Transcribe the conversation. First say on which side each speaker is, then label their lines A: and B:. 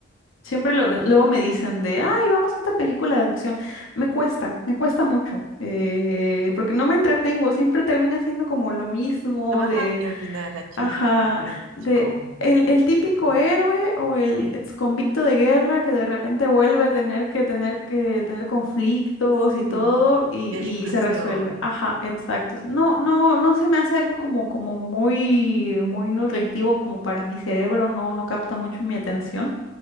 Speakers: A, on the left; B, on the right.
A: Siempre lo- luego me dicen de, ay, vamos a esta película de acción. Me cuesta, me cuesta mucho, eh, porque no me entretengo, siempre termina siendo como lo mismo
B: La baja
A: de,
B: y al final la chica,
A: ajá,
B: el
A: de
B: chico
A: el, el típico
B: musculoso.
A: héroe o el
B: Sí,
A: ex convicto de guerra que de repente vuelve a tener que tener que tener conflictos
B: sí.
A: y todo y,
B: Y hay
A: y
B: explosiones.
A: se resuelve. Ajá, exacto. No, no, no se me hace algo como, como muy, muy nutritivo como para mi cerebro, no, no capta mucho mi atención.